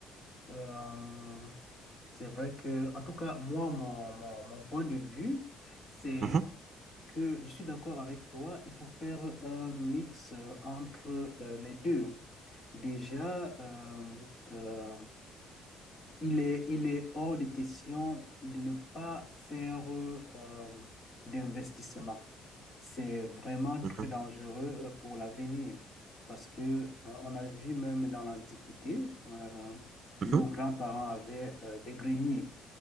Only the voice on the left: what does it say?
Euh, c'est vrai que, en tout cas, moi, mon, mon, mon point de vue, c'est
que je suis d'accord avec toi, il faut faire un mix euh, entre euh, les deux. Déjà, euh, euh, il est, il est hors de question de ne pas faire euh, euh, d'investissement. C'est vraiment très
dangereux euh, pour l'avenir parce que euh, on a vu même dans l'Antiquité, euh,
nos
grands-parents avaient euh, des greniers.